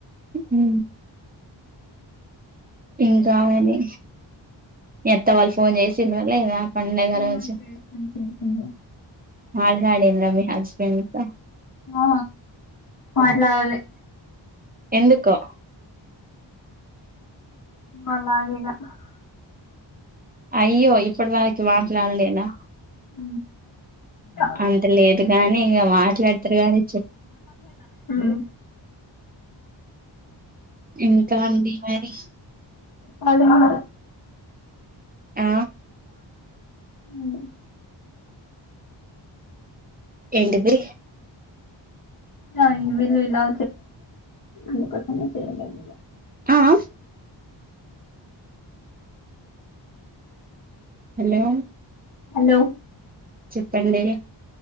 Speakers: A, on the right; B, on the left.
A: ఉ ఇంకా మళ్లీ మీ అత్త వాళ్ళు ఫోన్ చేసిందా లేదా పండగ
B: ఆ
A: రోజు
B: చేసాను చేసాను
A: మాట్లాడిర్ మీ హస్బెండ్ తో
B: ఆ మాట్లాడాలి
A: ఎందుకో
B: మల్లా <unintelligible>
A: అయ్యో ఇప్పుడు మనకి మాట్లాడలేనా
B: హు హ
A: అంత లేదు గాని ఇగ మాట్లాడతారు గాని చే
B: <unintelligible>
A: ఇంకా అండి మరి
B: అదే మరి
A: ఆ
B: ఉమ్
A: ఏంటిది
B: నాన్ను వీళ్లు <unintelligible> <unintelligible> ఆ అందు కోసమే చేయలేదు
A: ఆ హా హలో
B: హలో
A: చెప్పండి